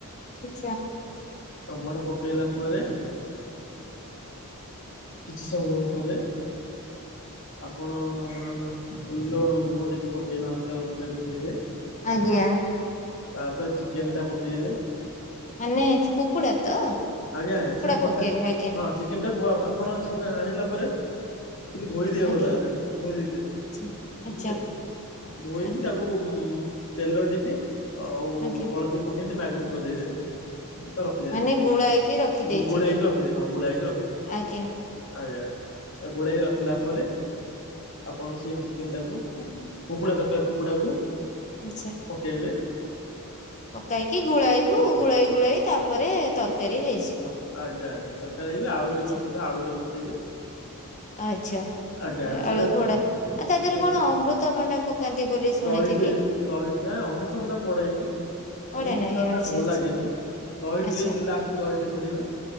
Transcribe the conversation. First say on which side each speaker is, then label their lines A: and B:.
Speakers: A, on the left; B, on the left.
A: ଆଚ୍ଛା।
B: ଟମାଟୋ ପକେଇଲା ପରେ କିଛି ସମୟ ପରେ ଆପଣ ଲୁ ଲୁଣ ଟିକେ ପକେଇବେ ହାଲକା ଲୁଣ ଟିକେ ପକେଇବେ।
A: ଆଜ୍ଞା।
B: ତାପରେ ଚିକେନ ଟା ପକେଇବେ।
A: ମାନେ କୁକୁଡା ତ
B: ଆଜ୍ଞା ଆଜ୍ଞା
A: କୁକୁଡା
B: ଚିନ କଟା
A: ପକେଇବେ ଆଜ୍ଞା।
B: ହଁ ଚିକେନ ଟା କ ଆପଣ ଚିକେନ୍ ଆଣିଲା ପରେ ଟିକେ ଧୋଇଦବେ
A: ଆଜ୍ଞା
B: ଭଲ ଭାବରେ ତାକୁ ଧୋଇ ଦେଇଥିବେ
A: ଆଚ୍ଛା ଆଚ୍ଛା
B: ଠିକ ଅଛି। ଧୋଇକି
A: ଆଜ୍ଞା
B: ତାକୁ ତେଲ ଟିକେ ଆଉ
A: ଆଜ୍ଞା
B: ହଳଦୀ ପକେଇ ମ୍ୟାଗନେଟ କରି ଦେଇଦେବେ। ଟ ରଖି ଦେଇଥିବେ।
A: ମାନେ ଗୁଳାଇକି ରଖିଦେଇଥିବେ
B: ଗୋ ଗୋଳେଇକି ରଖିଦେବେ ହଁ ଗୋଳାଇକି ରଖିଦେଇଥିବେ
A: ଆଜ୍ଞା
B: ଆଜ୍ଞା। ଆଉ ଗୋଳେଇକି ରଖିଲା ପରେ। ଆପଣ ସେଇ ଚିକେନ ଟାକୁ
A: ହୁଁ,
B: କୁକୁଡା ତର କୁକୁଡାକୁ
A: ଆଚ୍ଛା
B: ପକେଇବେ।
A: ପକାଇକି ଗୋଳାଇବୁ
B: ହଁ
A: ଗୋଳାଇ ଗୋଳାଇ ତାପରେ ତରକାରୀ ହେଇଯିବ।
B: ଆଜ୍ଞା ଆଜ୍ଞା ତରକାର ହେଇକି ଆଳୁ
A: ଆଚ୍ଛା
B: ଯେ ପକେଇଥିବେ ଆଳୁରା ପକେଇବେ।
A: ଆଚ୍ଛା
B: ଆଜ୍ଞା ସେଇଟାକୁ
A: ଆଳୁ ଘୋଡା ଆଉ ତା ଦେହରେ
B: ସେ
A: କଣ ଅମୃତଭଣ୍ଡା ପକାନ୍ତି ବୋଲି ଶୁଣିଥିଲି
B: ଦହିଟି ଦହିଟି ନାଇଁ ଅମୃତ ଭଣ୍ଡା ପଡେନି।
A: ପଡେ
B: ଅମୃତ
A: ନାହିଁ
B: ଭଣ୍ଡା ଟା ହେଲେ
A: ଆଚ୍ଛା
B: ଭଲ
A: ଆଚ୍ଛା
B: ଲାଗେନି। ଦହି
A: ଆଚ୍ଛା
B: ଟିକେ ଲାଷ୍ଟକୁ ଦହି ଟିକେ ପକେଇବେ।